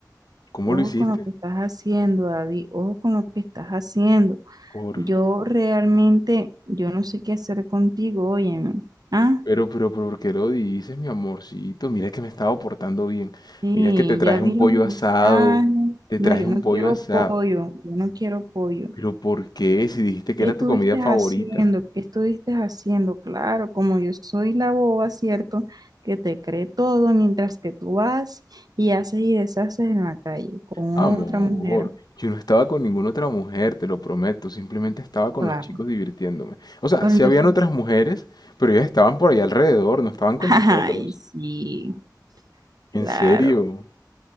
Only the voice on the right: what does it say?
Ojo
con lo que estás haciendo, David. Ojo con lo que estás haciendo.
Yo realmente, yo no sé qué hacer contigo, óyeme. Ah,
sí,
ya vi
los mensajes.
No,
yo
no
quiero
pollo, yo no quiero pollo.
¿Qué
estuviste
haciendo? ¿Qué estuviste haciendo? Claro, como yo soy la boba, ¿cierto? Que te cree todo mientras que tú vas y haces y deshaces en la calle con
otra mujer.
Claro.
Bueno,
entonces,
<laughs>
ay, sí.
Claro.